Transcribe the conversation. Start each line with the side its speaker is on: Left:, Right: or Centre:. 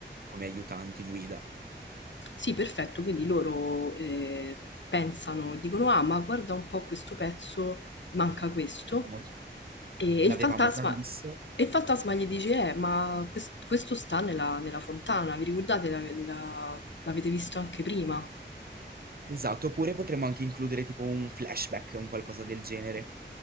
Right: come aiutanti guida.
Left: Sì, perfetto, quindi loro eh, pensano, dicono, ah, ma guarda un po' questo pezzo, manca questo.
Right: Abbiamo già-
Left: E
Right: L'avevamo
Left: il fantasma,
Right: già visto.
Left: e il fantasma gli dice, eh, ma quest- questo sta nella, nella fontana, vi ricordate? La- la- l'avete visto anche prima?
Right: Esatto, oppure potremmo anche includere tipo un flashback, un qualcosa del genere,